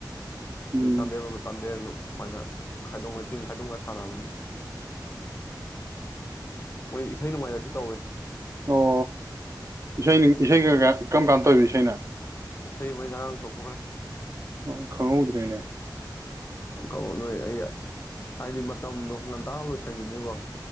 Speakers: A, on the right; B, on the left.
A: ꯎꯝ
B: ꯆꯟꯗꯦꯜꯅ ꯆꯥꯟꯗꯦꯜ ꯫ ꯁꯃꯥꯏꯅ ꯈꯥꯏꯗꯣꯛꯅ ꯇꯤꯝ ꯥꯈꯥꯏꯗꯣꯛꯅꯔꯥ ꯁꯥꯟꯕꯅꯤ꯫ ꯃꯣꯏ ꯏꯁꯩ ꯅꯨꯡꯉꯥꯏꯒꯁꯨ ꯇꯧꯋꯦ꯫
A: ꯑꯣ ꯏꯁꯩ ꯏꯁꯩ ꯀꯔꯝ ꯀꯥꯟ ꯇꯧꯕ ꯏꯁꯩꯅ?
B: ꯏꯁꯩ ꯃꯣꯏ ꯉꯔꯥꯡ ꯇꯧꯊꯣꯛꯈ꯭ꯔꯦ꯫
A: ꯑꯣ ꯈꯡꯍꯧꯗ꯭ꯔꯦꯅꯦ꯫
B: ꯀꯩꯅꯣ ꯅꯣꯏ ꯑꯩ ꯍꯥꯏꯗꯤ ꯃꯇꯝꯗꯣ ꯉꯟꯇꯥ ꯂꯣꯏꯁꯤꯟꯈꯤꯕꯅꯦꯀꯣ꯫